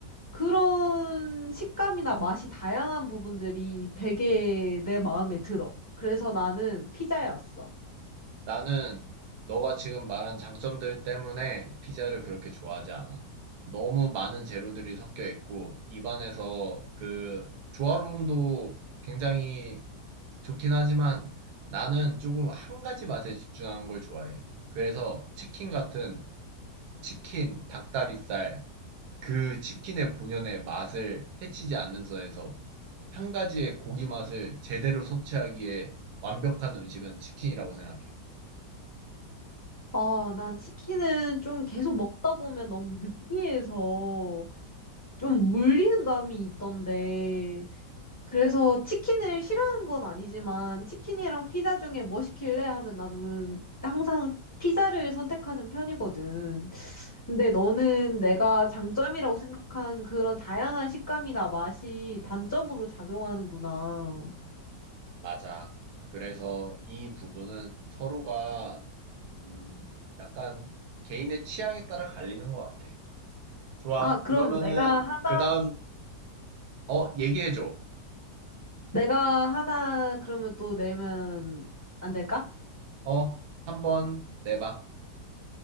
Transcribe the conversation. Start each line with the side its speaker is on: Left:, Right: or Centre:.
Left: 그런 식감이나 맛이 다양한 부분들이 되게 내 마음에 들어. 그래서 나는 피자였어.
Right: 나는 너가 지금 말한 장점들 때문에 피자를 그렇게 좋아하지 않아. 너무 많은 재료들이 섞여 있고, 입안에서 그 조화로움도 굉장히 좋긴 하지만 나는 조금 한 가지 맛에 집중하는 걸 좋아해. 그래서 치킨 같은 치킨, 닭다리살, 그 치킨의 본연의 맛을 해치지 않는 선에서 한 가지의 고기 맛을 제대로 섭취하기에 완벽한 음식은 치킨이라고 생각해.
Left: 아, 난 치킨은 좀 계속 먹다 보면 너무 느끼해서 좀 물리는 감이 있던데, 그래서 치킨을 싫어하는 건 아니지만 치킨이랑 피자 중에 뭐 시킬래 하면 나는 항상 피자를 선택하는 편이거든. 근데 너는 내가 장점이라고 생각한 그런 다양한 식감이나 맛이 단점으로 작용하는구나.
Right: 맞아. 그래서 이 부분은 서로가 음, 약간 개인의 취향에 따라 갈리는 것 같아. 좋아.
Left: 아, 그럼
Right: 그러면은
Left: 내가 하나,
Right: 그 다음 어 얘기해줘.
Left: 내가 하나 그러면 또 내면 안 될까?
Right: 어 한번 내봐.